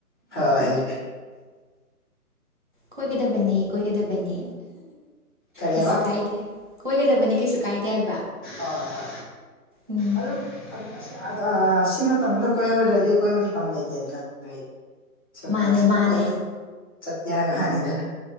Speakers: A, on the left (about 15°); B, on the right (about 35°).
A: ꯍꯣꯏ
B: ꯀꯣꯏꯒꯗꯕꯅꯦ ꯀꯣꯏꯒꯗꯕꯅꯦ
A: ꯀꯔꯤꯕ
B: ꯀꯩꯁꯨ ꯀꯥꯏꯗꯦ ꯀꯣꯏꯒꯗꯕꯅꯤ ꯀꯩꯁꯨ ꯀꯥꯏꯗꯦ ꯍꯥꯏꯕ
A: ꯑ ꯍ
B: ꯎꯝ
A: ꯑꯗꯨꯝ ꯑ ꯁꯤ ꯃꯇꯝꯗ ꯀꯣꯏꯍꯧꯔꯗꯤ ꯀꯣꯏꯕ ꯃꯇꯝ ꯂꯩꯇꯦꯗꯅ ꯑꯗꯨꯏ ꯆꯨꯝꯅ
B: ꯃꯥꯅꯦ
A: ꯁꯨꯝ
B: ꯃꯥꯅꯦ
A: ꯀꯣꯏꯕ ꯆꯠꯀꯦ ꯍꯥꯏꯕꯅꯤꯗ